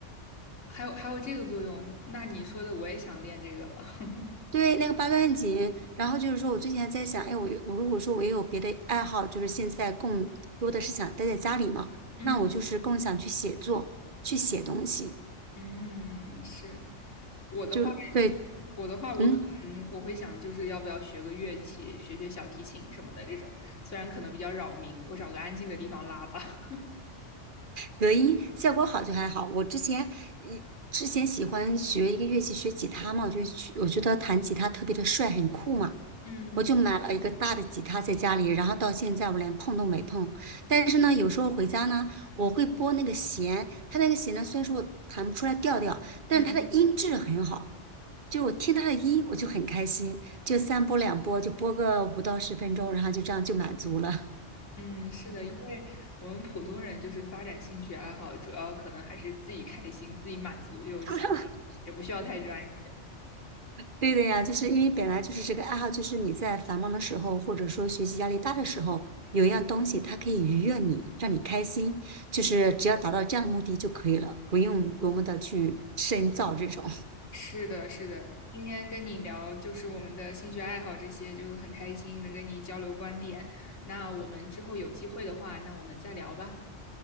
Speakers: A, on the left; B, on the right.
A: 还有还有这个作用，那你说的我也想练这个了。<laughs>
B: 对，那个八段锦，然后就是说我最近还在想，哎，我我如果说我也有别的爱好，就是现在更多的是想待在家里嘛，
A: 嗯
B: 那我就是更想去写作，去写东西，
A: 嗯，是。我的话，
B: 就对，
A: 我的话，我可能我会想，
B: 嗯，
A: 就是要不要学个乐器，学学小提琴什么的这种。虽然可能比较扰民，我找个安静的地方拉吧。<laughs>
B: 隔音效果好就还好。我之前，一之前喜欢学一个乐器，学吉他嘛，我就去，我觉得弹吉他特别的帅，很酷嘛。
A: 嗯
B: 我就买了一个大的吉他在家里，然后到现在我连碰都没碰。但是呢，有时候回家呢，我会拨那个弦，它那个弦呢，虽然说我弹不出来调调，但是它的音质很好，
A: 嗯
B: 就是我听它的音我就很开心，就三拨两拨就拨个五到十分钟，然后就这样就满足了。
A: 嗯，是的，因为我们普通人就是发展兴趣爱好，主要可能还是自己开心、自己满足就行了，
B: <laughs>
A: 也不需要太专业。
B: 对的呀，就是因为本来就是这个爱好，就是你在繁忙的时候，或者说学习压力大的时候，有一样东西它可以愉悦你，让你开心，就是只要达到这样的目的就可以了，
A: 嗯，
B: 不用多么的去深造这种。<laughs>
A: 是的，是的。今天跟你聊就是我们的兴趣爱好这些，就很开心能跟你交流观点。那我们之后有机会的话，那我们再聊吧，